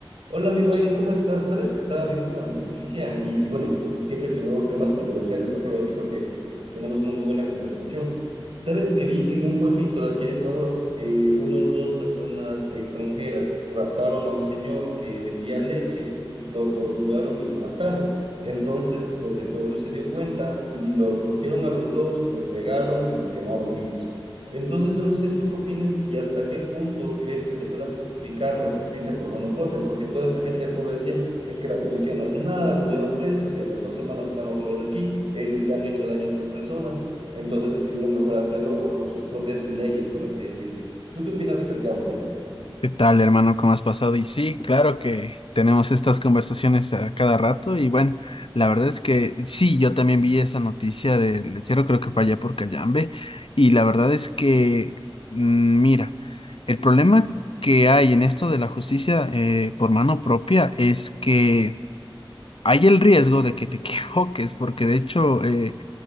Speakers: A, on the right; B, on the left.
A: Hola amigo Eric, ¿cómo estás? Sabes que estaba viendo una noticia y bueno, pues siempre que veo temas controversiales me acuerdo de ti porque tenemos una muy buena conversación. Sabes que vi que en un pueblito de aquí de Ecuador, eh, unos dos personas extranjeras raptaron a un señor que vendía leche, lo torturaron y lo mataron. Entonces, pues el pueblo se dio cuenta y los cogieron a los dos, les pegaron y los quemaron vivos. Entonces, yo no sé tú qué opinas y hasta qué punto crees que se pueda justificar la justicia por mano propia, porque toda esta gente del pueblo decía, es que la policía no hace nada, los llevan presos y a las dos semanas están otra vez aquí, ellos ya han hecho daño a otras personas, entonces decidieron mejor hacerlo bajo sus propias leyes, por así decirlo. ¿Tú qué opinas acerca del tema?
B: ¿Qué tal, hermano? ¿Cómo has pasado? Y sí, claro que tenemos estas conversaciones a cada rato y bueno, la verdad es que sí, yo también vi esa noticia del lechero, creo que fue allá por Cayambe y la verdad es que, mm, mira, el problema que hay en esto de la justicia eh, por mano propia es que hay el riesgo de que te <laughs> equivoques, porque de hecho eh,